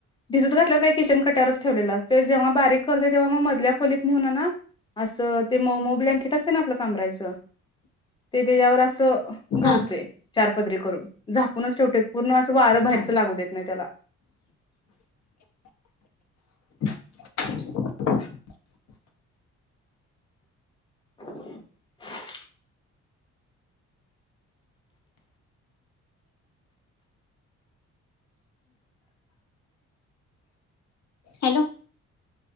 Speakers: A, on the left; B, on the left.
A: भिजत घातल्यावर का किचन कट्यावरच ठेवलेला असत जेव्हा बारीक करते तेव्हा मग मधल्या खोलीत नेहुन ना असं ते मऊ मऊ ब्लँकेट असते ना आपलं कमरायच. ते त्याच्यावर असं घालतोय
B: हा
A: चार पदरी करून झाकूनच ठेवतोय पूर्ण असं वारं बाहेरच
B: हा
A: लागू देत नाही त्याला.
B: <unintelligible>
A: <unintelligible>
B: हॅलो!